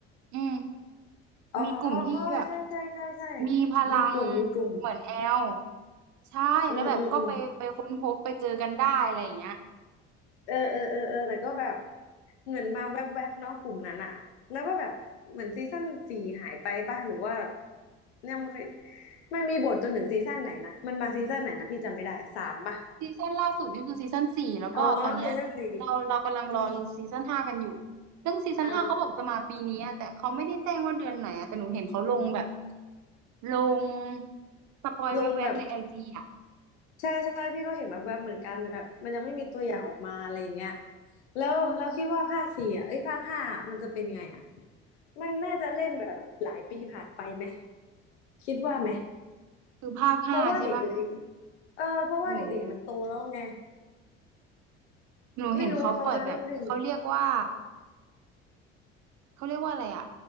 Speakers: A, on the right; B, on the left.
A: อืม
B: อ๋อ
A: มีกลุ่มที่แบบ
B: ใช่ใช่ใช่ใช่
A: มีพลัง
B: มีกลุ่มมีกลุ่ม
A: เหมือนแอลใช่แล้วแบบก็ไปไปค้นพบไปเจอกันได้อะไรอย่างเงี้ย
B: อืมอืมอืมเออเออเออเออแต่ก็แบบเหมือนมาแวบๆบเนาะกลุ่มนั้นอะแล้วก็แบบเหมือนซีซั่นสี่หายไปป่ะหรือว่ายังไม่เคยมันมีบทจนถึงซีซั่นไหนนะมันมาซีซั่นไหนนะพี่จำไม่ได้สามป่ะ
A: ซีซั่นล่าสุดนี่คือซีซั่นสี่แล้วก็ตอนเนี้ยเราเรากำลังรอรีซีซั่นห้ากันอยู่
B: อ๋อซีซั่นสี่อืม
A: ซึ่งซีซั่นห้าเขาบอกจะมาปีนี้อะแต่เขาไม่ได้แจ้งว่าเดือนไหนอะแต่หนูเห็นเขาลงแบบ
B: อ๋อ
A: ลงสปอยแวบๆในไอจีอะ
B: ลงแบบใช่ใช่พี่ก็เห็นแบบแบบเหมือนกันแต่แบบมันยังไม่มีตัวอย่างออกมาอะไรอย่างเงี้ยแล้วเราคิดว่าภาคสี่อ่ะเอ้ยภาคห้ามันจะเป็นยังไงอ่ะ
A: อืม
B: มันน่าจะเล่นแบบหลายปีผ่านไปไหมคิดว่าไหม
A: คือภาคห้าใช่ปะ
B: เพราะว่าเด็กๆเออเพราะว่าเด็กๆมันโตแล้วไง
A: หนูหนูเห็นเขาปล่อยแบบเขาเรียกว่า
B: ไม่รู้ว่าเขาจะเล่น
A: เขาเรียกว่าอะไรอะ